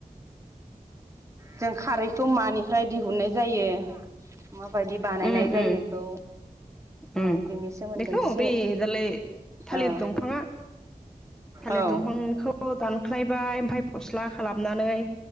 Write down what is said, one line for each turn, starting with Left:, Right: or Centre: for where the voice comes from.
Right: जों खारैखौ मानिफ्राय दिहुननाय जायो। माबायदि बानायनाय
Centre: उम
Right: जायो
Centre: उम
Right: बेखौ औ
Centre: उम
Right: बेनि सोमोन्दै
Centre: बेखौ
Right: एसे
Centre: बे दालाय थालिर
Right: औ
Centre: दंफाङा थालिर
Right: औ
Centre: दंफांखौ दानख्लायबाय ओमफाय फस्ला खालाम हमनानै